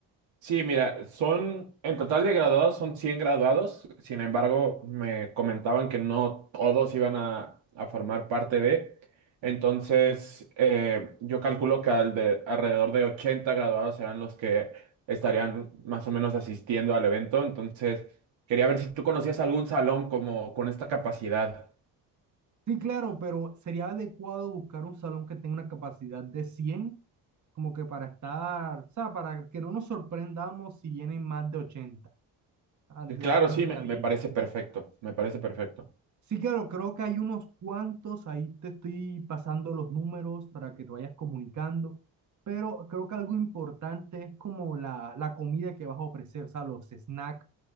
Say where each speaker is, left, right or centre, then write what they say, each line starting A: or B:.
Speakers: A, on the right (about 65°); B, on the right (about 35°).
A: Sí, mira, son, en total de graduados son 100 graduados, sin embargo, me comentaban que no todos iban a, a formar parte de, entonces eh, yo calculo que al de- alrededor de 80 graduados serán los que estarían más o menos asistiendo al evento, entonces quería ver si tú conocías algún salón como con esta capacidad.
B: Sí, claro, pero sería adecuado buscar un salón que tenga una capacidad de cien. como que para estar, o sea, para que no nos sorprendamos si vienen más de ochenta ah, de
A: Y Claro,
B: 100
A: sí,
B: está
A: me
B: bien.
A: me parece perfecto, me parece perfecto.
B: Sí, claro, creo que hay unos cuantos, ahí te estoy pasando los números para que te vayas comunicando, pero creo que algo importante es como la, la comida que vas a ofrecer, o sea, los snacks